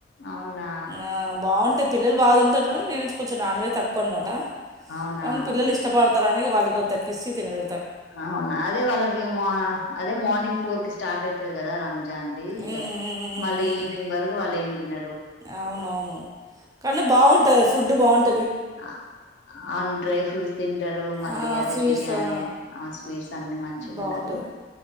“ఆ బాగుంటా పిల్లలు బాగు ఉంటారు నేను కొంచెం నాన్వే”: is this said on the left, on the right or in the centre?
Right